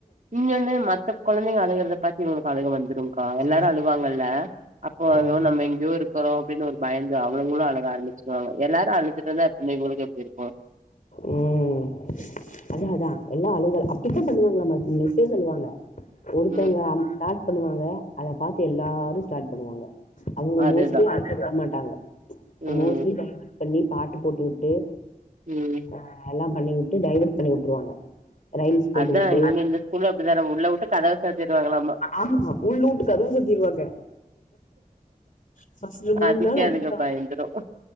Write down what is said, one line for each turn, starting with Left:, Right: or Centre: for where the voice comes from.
Right: இங்க வந்து மத்த கொந்தைங்க அழுகுறத பாத்த இவுகளுக்கு அழுக வந்துரு எல்லாரு
Left: ஆ
Right: அழுவாங்கல்ல அப்போ ஐயோ
Left: ம்
Right: நம்ம எங்கேயோ இருக்கோ அப்டின்னு ஒரு பயந்து அவுளுங்ளு அழுக ஆரம்பிச்சிருவாங்க எல்லாரு அழுதுட்டுகிட்டு இருந்த பிள்ளைகளுக்கு எப்டி இருக்கு
Left: ம் அதா அதா எல்லா அழுங்கலா அப்டித்தா பண்ணுவாங்கள மிஸ்சே சொல்லுவாங்க ஒருத்தவங்க
Right: ம்.
Left: ஸ்டார்ட் பண்ணுவாங்க அத பார்த்து எல்லாரு ஸ்டார்ட் பண்ணுவாங்க அவங்க
Right: அதுதான்.
Left: மோஸ்ட்லி அழ விட மாட்டாங்க
Right: ம்,
Left: மோஸ்ட்லி டைவர்ட் பண்ணி பாட்டு போட்டுவிட்டு
Right: ம்
Left: அ எல்லா பண்ணிவிட்டு டைவேர்ட் பண்ணி விட்டுருவாங்க ரைம்ஸ் போட்டு
Right: அதா
Left: விட்டு
Right: இங்க இந்த ஸ்கூல்ல அப்டி தானாம்மா உள்ள விட்டு கதவ சாத்திடுவாங்கலாம்மா
Left: ஆமா உள்ள விட்டு கதுவு சாத்திருவாங்க ஃபஸ்ட்டு மூண்
Right: அதுக்கே
Left: நாள் அப்டிதா
Right: அதுங்க பயந்துரும்.